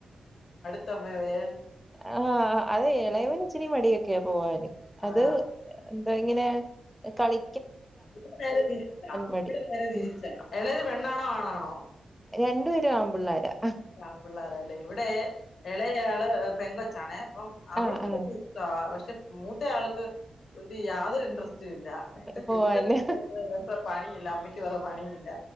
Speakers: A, on the left (about 75°); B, in the centre.
A: ത്തമ്മേ വേ
B: ആഹ് അത് ഇളയവനിച്ചിരി മടിയൊക്കെയ പോവാന് അത്
A: ആ
B: എന്താ ഇങ്ങനെ കളി
A: ഇവിടെ നേരെ തിരിച്ചാ
B: മടിയാ
A: ഇവിടെ നേരെ തിരിച്ചാ
B: ഉം
A: ഇളത് പെണ്ണാണോ ആണാണോ
B: രണ്ടു പേരും ആമ്പിള്ളാരാ
A: <unintelligible> ആണ്പിള്ളരല്ലേ ഇവിടെ ഇളയാള് പെങ്കൊ ച്ചാണേ അപ്പം അവൾക്ക്
B: ആഹ് ആഹ്
A: വല്യ ഇഷ്ട പശ് ൻ്റെ മൂ ത്തെ ആൾക്ക് ഒരു യാതൊരു ഇൻ്റർസ് ഇല്ല
B: പോവാന്
A: ട്യൂഷൻ <unintelligible> വേറെ പണില്ല അമ്മയ്ക്ക് വേറെ പണില്ല